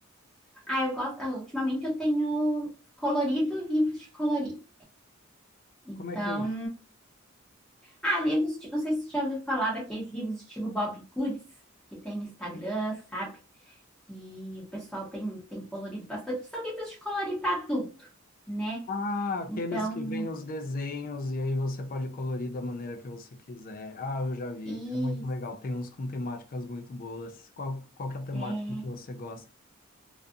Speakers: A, in the centre; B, on the left.
A: Ah, eu gosto, ah, ultimamente eu tenho colorido livros de colorir. Então,
B: Como é que é isso?
A: Ah, livros, tipo, não sei se você já ouviu falar daqueles livros estilo Bob Goods, que tem no Instagram, sabe? Que o pessoal tem, tem colorido bastante. São livros de colorir para adulto, né?
B: Ah, aqueles
A: Então,
B: que vêm os desenhos e aí você pode colorir da maneira que você quiser. Ah, eu já vi,
A: e
B: é muito legal. Tem uns com temáticas muito boas. Qual, qual que é a temática
A: é,
B: que você gosta?